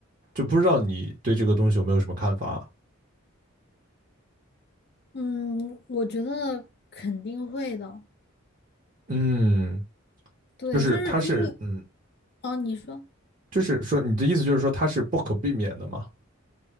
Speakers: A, on the right (about 40°); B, on the left (about 50°).
A: 就不知道你对这个东西有没有什么看法？
B: 嗯，我觉得肯定会的。
A: 嗯，
B: 对，
A: 就是它是嗯，
B: 就是因为哦，你说
A: 就是说你的意思就是说它是不可避免的嘛？